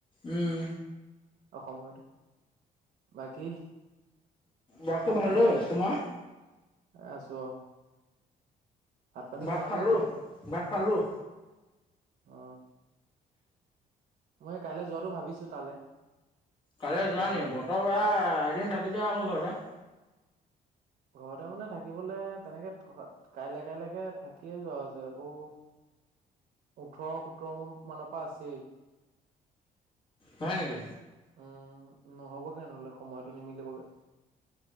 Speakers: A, on the left; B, on the right.
A: উম
B: অ সময়তো বাকী
A: বাকী
B: ভাত
A: ভালে
B: পানী
A: তোমাৰ
B: এ আছোঁ আৰু পানী
A: ভাত
B: খোৱা হ'ল
A: খালো
B: নেকি?
A: ভাত খালোঁ
B: অ মই কাইলৈ যোৱাটো ভাবিছো তালে
A: কাইলৈ
B: চহৰলে।
A: যোৱা নি বতৰ বেয়া এদিন থাকি দিয়া আৰু ঘৰতে
B: ঘৰতে মানে থাকিবলে তেনেকে থকা কাইলে কাইলৈকে থাকিয়ে যোৱা হৈছে আকৌ ওঠৰ সোতৰ ম মানৰ পৰা আছেই
A: হয় নেকি
B: উম নহবগে নহ'লে সময়তটো নিমিলিবগে